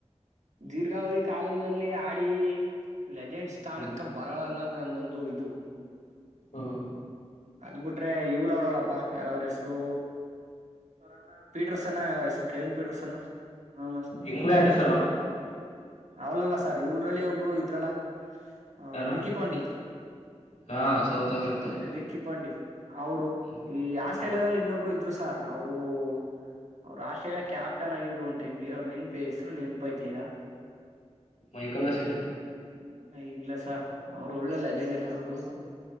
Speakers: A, on the right (about 85°); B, on the left (about 85°).
A: ದೀರ್ಘಾವಧಿ ಕಾಲದಲ್ಲಿ ಆಡಿ ಲೆಜೆಂಡ್ಸ್ ಸ್ಥಾನಕ್ಕ
B: ಹ್ಮ್
A: ಬರಲ ಅನ್ನೋದ ನಂದೊಂದು ಇದು
B: ಹ್ಮ್
A: ಅದ್ ಬಿಟ್ರೆ ಇವ್ರ ಅವ್ರಲ್ಲಪ್ಪಾ ಯಾರ ಅವ್ರ ಹೆಸರು ಅವ್ರಣ್ಣ ಪೀಟರ್ಸನ್ನ ಅವ್ರ ಹೆಸರು ಕೆವಿನ್ ಪಿಟ್ರಸನ್ನ ಹ
B: ಇಂಗ್ಲೆಂಡ್ ಸರ್ ಅವ್ರು
A: ಅವರಲ್ಲ ಸರ್ ಇವರಲ್ಲಿ ಒಬ್ರು ಇದ್ರಲ್ಲ ಅ
B: ಯಾರು
A: ರಿಕ್ಕಿ ಪಾಂಡಿ.
B: ಹಾ ಸೌತ್ ಆಫ್ರಿಕದಲ್ಲಿ
A: <inaudible> ಕಿಪ್ಂಡಿ ಅವರು
B: ಹ್ಮ
A: ಈ ಆಸ್ಟ್ರೇಲಿಯಾದಲ್ಲಿ
B: ಹ್ಮ್
A: ಇನ್ನೊಬ್ರು ಇದ್ರು ಸಾರ್ ಅವರು <inaudible> ಅವರ ಆಸ್ಟ್ರೇಯಾ ಕ್ಯಾಪ್ಟನ ಆಗಿದ್ರು ಒನ್ ಟೈಮ್ ಗೆ ಅವರ ನೀನ್ ಫೇಸ್ ಹೆಸರು ನೆನ್ಪೈಐತಿರಾ? <inaudible>
B: ಮೈಕಲಾಸಿನಾ? <inaudible>
A: ಅ ಇಲ್ಲ ಸರ್ ಅವ್ರು ಒಳ್ಳೆ ಲೆಜೆಂಡ ಸರ್ ಅವರು <inaudible>